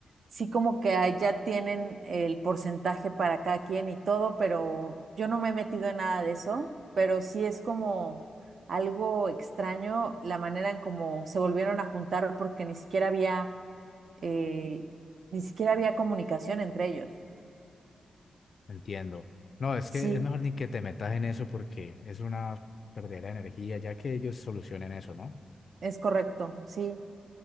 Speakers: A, on the right; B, on the left.
A: sí como que hay- ya tienen el porcentaje para cada quien y todo, pero yo no me he metido en nada de eso, pero sí es como algo extraño la manera en cómo se volvieron a juntar porque ni siquiera había, eh, ni siquiera había comunicación entre ellos.
B: Entiendo. No, es que
A: Sí,
B: es mejor ni que te metas en eso porque es una perdera de energía, ya que ellos solucionen eso, ¿no?
A: es correcto, sí,